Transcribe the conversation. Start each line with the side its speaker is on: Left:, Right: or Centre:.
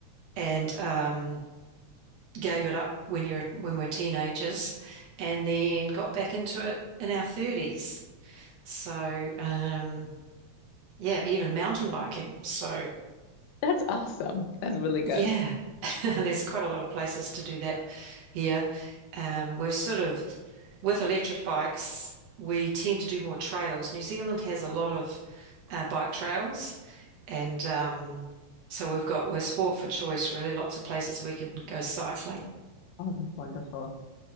Right: and um, gave it up when you're when we're teenagers, and then got back into it in our thirties. So um, yeah, even mountain biking. So.
Left: That's awesome. That's really good.
Right: Yeah, <laughs> there's quite a lot of places to do that here. Um, we've sort of, with electric bikes, we tend to do more trails. New Zealand has a lot of uh, bike trails, and um, so we've got we're sport for choice, really. Lots of places we can go cycling.
Left: Oh, that's wonderful.